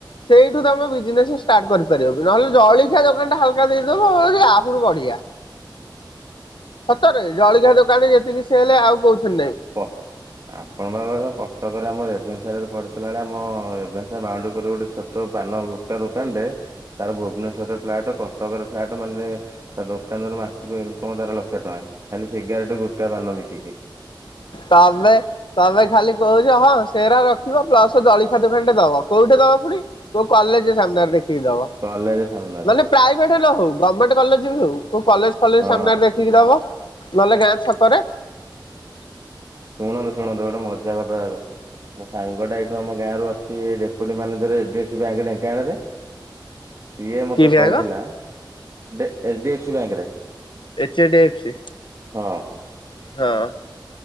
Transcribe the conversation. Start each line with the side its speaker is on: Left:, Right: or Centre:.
Left: ସେଇଠୁ ତୁମେ ବିଜନେସ ଷ୍ଟାର୍ଟ କରିପାରିବ ବିି ନହେଲେ ଜଳଖିଆ ଦୋକାନଟା ହାଲକା ଦେଇଦବ ଆହୁରି ବଢ଼ିଆ। ସତରେ ଜଳିଖିଆ ଦୋକାନରେ ଯେତିକି ସେଲ ଆଉ କୋଉଥିରେ ନାଇଁ।
Right: ତ। ଆପଣଙ୍କ ପାଖରେ କଟକରେ ଆମର ରେଭେନ୍ସା ରେ ପଢୁଥିଲା ବେଳେ ଆମ ରେଭେନ୍ସା ବାଉଣ୍ଡରୀ କରକୁ ଗୋଟେ ଛୋଟ ପାନ ଗୁଟୁଖା ଦୋକାନ ଟେ ତାର ଭୁବନେଶ୍ୱରରେ ଫ୍ଲାଟ କଟକରେ ଫ୍ଲାଟ ମାନେ ତା ଦୋକାନରୁ ମାସକୁ ପନ୍ଦର ଲକ୍ଷ ଟଙ୍କା ଖାଲି ସେ ଗ୍ୟାସ ସିଗାରେଟ୍ ପାନ ଗୁଟକା ବିକିକି।
Left: ତାହଲେ। ତମେ ଖାଲି କହୁଛ ହଁ ସେରା ରଖିବ ପ୍ଲସ ଜଳିଖିଆ ଦୁକାନ କେ ଦବ କୋଉଠି ଦବ ପୁଣି? କୋଉ କଲେଜ ସାମ୍ନାରେ ଦେଖିକି ଦବ।
Right: କଲେଜ ସାମ୍ନାରେ।
Left: ମାନେ ପ୍ରାଇଭେଟ ନ ହଉ ଗଭର୍ଣ୍ଣମେଣ୍ଟ କଲେଜ ବି ହଉ କଲେଜ ଫଲେଜ
Right: ହଁ
Left: ସାମ୍ନାରେ ଦେଖିକି ଦବ। ନହେଲେ ଗାଁ ଛକରେ।
Right: ଶୁଣନ୍ତୁ ଶୁଣନ୍ତୁ ଗୋଟେ ମଜା କଥା ଯା କ ମୋ ସାଙ୍ଗଟା ଏଇଠୁ ଆମ ଗାଁ ର ଅଛି deputy manager H D F C bank ଢେଙ୍କାନାଳରେ। ସିଏ ମତେ
Left: କି ବ୍ୟାଙ୍କ
Right: କହୁଥିଲା H D F C bank ରେ
Left: ଏଚ ଡି ଏଫ୍ ସି।
Right: ହଁ।
Left: ହଁ।